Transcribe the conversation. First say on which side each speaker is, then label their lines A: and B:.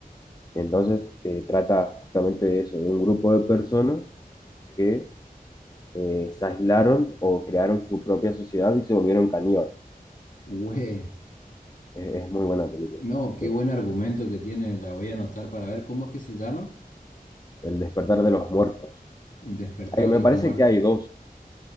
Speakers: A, on the left (about 25°); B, on the left (about 60°).
A: Entonces, eh, trata justamente de eso, de un grupo de personas que eh, se aislaron o crearon su propia sociedad y se volvieron caníbales.
B: güey.
A: Es, es muy buena película.
B: No, qué
A: Te-
B: buen argumento
A: la recomiendo.
B: que tiene. La voy a anotar para ver cómo es que se llama.
A: El despertar de los muertos.
B: El despertar
A: Ay, me
B: de los
A: parece
B: muertos.
A: que hay dos.